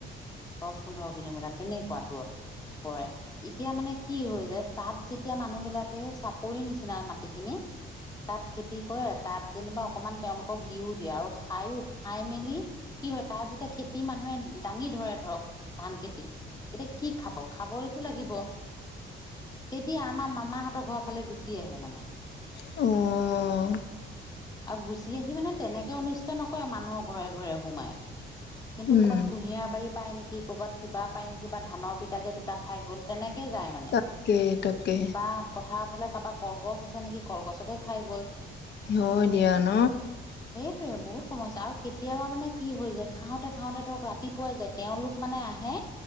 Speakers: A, on the left (about 20°); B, on the left (about 60°).
A: দহ পোন্ধৰ কিলোমিটাৰ তেনেকুৱা দূৰত পৰে এতিয়া মানে। কি হৈ যায় তাত যেতিয়া মানুহ বিলাকে সেই চাপৰি নিচিনা মাটিখিনি। তাত খেতি কৰে তাত যেনিবা অকমান তেওঁলোকক দিও দিয়ে আৰু। খায়ো খাই মেলি কি হয় তাত যেতিয়া খেতি মানুহে দাঙি ধৰে ধৰক। ধান খেতি এতিয়া কি খাব খাবই <unintelligible> লাগিব তেতিয়া আমাৰ মামাহঁতৰ ঘৰৰ ফালে গুচি আহে মানে।
B: অ',।
A: আৰু গুচি আহি মানে তেনেকে অনিষ্ট নকৰে মানুহৰ ঘৰে ঘৰে সোমাই। কিন্তু
B: উম
A: ক'ৰবাত কুঁহিয়াৰ বাৰী পায় নেকি ক'ৰবাত কিবা পায় নেকি বা ধানৰ বিটাকে দুটা খাই গ'ল তেনেকে যায় মানে
B: তাকে তাকে
A: বা পঠাৰ ফালে কাৰোবাৰ কলগছ আছে নেকি কলগছকে খাই গ'ল
B: হয় দিয়া ন
A: সেইটোৱে বহুত সমস্যা আৰু কেতিয়াবা মানে কি হৈ যায় খাওঁতে খাওঁতে ধৰক ৰাতিপুৱাই যায় তেওঁলোক মানে আহে